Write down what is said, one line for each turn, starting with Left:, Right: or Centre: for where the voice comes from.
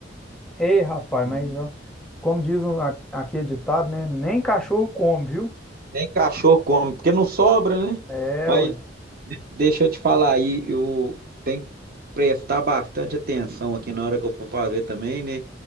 Centre: Ei, rapaz,
Right: Hum,
Centre: mas ó, como diz um, a- aqui é ditado, né? Nem cachorro come, viu?
Right: Nem cachorro come, porque não sobra, né?
Centre: É,
Right: Mas
Centre: ué.
Right: de- deixa eu te falar aí, eu tenho que prestar bastante atenção aqui na hora que eu for fazer também, né?